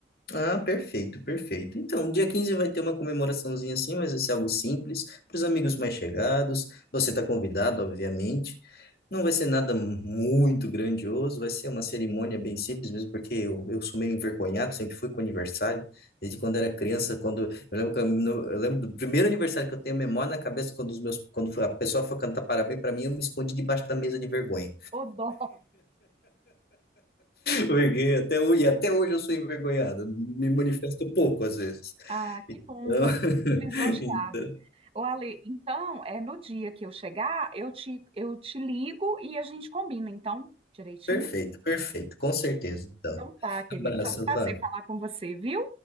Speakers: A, on the left; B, on the right.
A: Ah, perfeito, perfeito. Então, dia 15 vai ter uma comemoraçãozinha assim, mas vai ser algo simples, para os amigos mais chegados. Você está convidado, obviamente. Não vai ser nada muito grandioso, vai ser uma cerimônia bem simples mesmo, porque eu, eu sou meio envergonhado, sempre fui com aniversário, desde quando era criança, quando eu lembro, que eu, no- eu lembro do primeiro aniversário que eu tenho memória na cabeça, quando os meus, quando a pessoa foi cantar parabéns para mim, eu me escondi debaixo da mesa de vergonha.
B: Ô, dó.
A: Peguei até hoje, e até hoje eu sou envergonhado, me manifesto pouco às vezes.
B: Ah, que bom,
A: Então, <laughs>
B: eu fico lisonjeada.
A: então,
B: Ô, Ale, então, é no dia que eu chegar, eu te, eu te ligo e a gente combina, então, direitinho?
A: perfeito, perfeito, com certeza. Então,
B: Então tá, querido.
A: abraço,
B: Foi um prazer
A: Vá.
B: falar com você, viu?